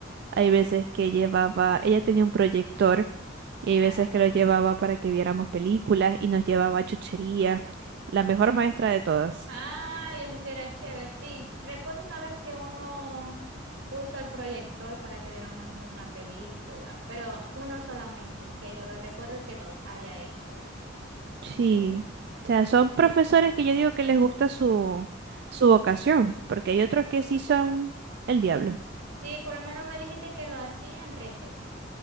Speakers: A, on the right; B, on the right.
A: Hay veces que llevaba, ella tenía un proyector y hay veces
B: ajá.
A: que lo llevaba para que viéramos películas y nos llevaba a chuchería. La mejor maestra de todas.
B: Ay, eso sí era chévere. Sí, recuerdo una vez que uno puso el proyector para que vieran una, una película, pero uno solamente, que yo lo recuerdo que lo haya hecho.
A: Sí.
B: Pero
A: O sea, son profesores que yo digo que les gusta su, su vocación, porque hay otros que sí son el diablo.
B: sí, por lo menos me dijiste que lo hacía en receso.